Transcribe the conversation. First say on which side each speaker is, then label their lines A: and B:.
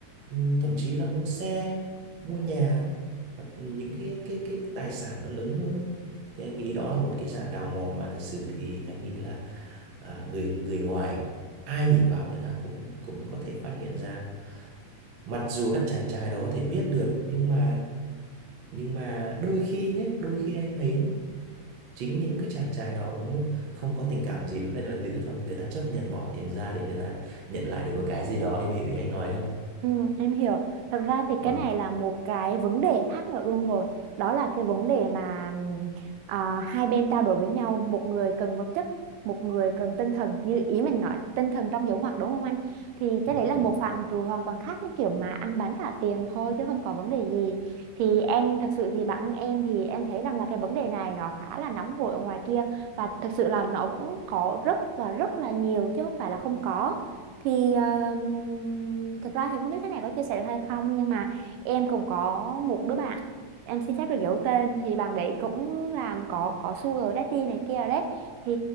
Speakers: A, on the right (about 60°); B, on the right (about 85°).
A: ừ, thậm chí là mua xe mua nhà hoặc những cái cái cái tài sản nó lớn hơn thì anh nghĩ đó là một cái dạng đào mỏ mà thật sự thì anh nghĩ là à, người người ngoài ai nhìn vào người ta cũng cũng có thể phát hiện ra mặc dù các chàng trai đó có thể biết được nhưng mà nhưng mà đôi khi nhé đôi khi anh thấy nhé, chính những cái chàng trai đó cũng không có tình cảm gì với phái đoàn nữ thôi người ta chấp nhận bỏ tiền ra để người ta nhận lại được một cái gì đó em hiểu ý anh nói không
B: Ừ, em hiểu. Thật ra thì
A: đó
B: cái này là một cái vấn đề khác nữa luôn rồi. Đó là cái vấn đề mà ừm, à, hai bên trao đổi với nhau, một người cần vật chất, một người cần tinh thần. Như ý mình nói, tinh thần trong dấu ngoặc đúng không anh? Thì cái
A: Ừ.
B: đấy là một phạm trù hoàn toàn khác như kiểu mà ăn bánh trả tiền thôi chứ không có vấn đề gì. Thì em thực sự thì bản thân em thì em thấy rằng là cái vấn đề này nó khá là nóng hổi ở ngoài kia và thực sự là nó vẫn có rất và rất là nhiều chứ không phải là không có thì um, thực ra thì không biết cái này có chia sẻ được hay không nhưng mà em cũng có một đứa bạn em xin phép được giấu tên thì bạn đấy cũng làm có có sugar daddy này kia đấy thì